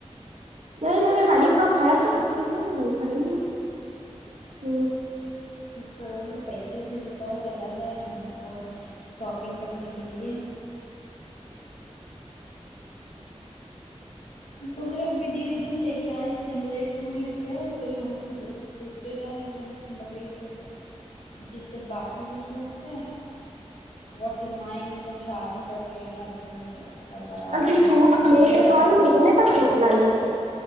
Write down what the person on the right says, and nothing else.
نہیں نہیں ہری فراک ہے تو رھی تو بھائی بائی ہ
<inaudible>
سٹ لئیے